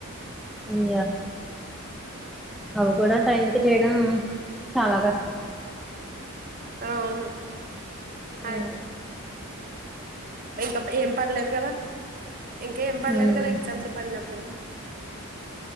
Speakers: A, in the centre; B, on the right.
A: అయ్యా అవి కూడా టైంకి చేయడం చాలా కష్టం
B: అవును అయ్
A: ఉమ్
B: ఇంకా ఏం పనిలేదు కదా ఇంకా ఏం పనీలేదు
A: హ్మ్.
B: కదా ఎగ్జామ్స్ పడినప్పుడు